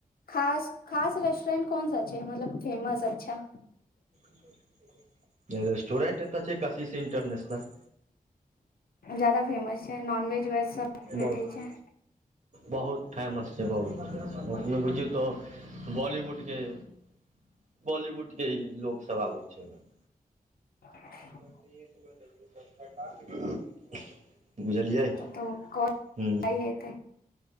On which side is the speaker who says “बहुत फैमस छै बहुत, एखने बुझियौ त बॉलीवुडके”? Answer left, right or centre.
Right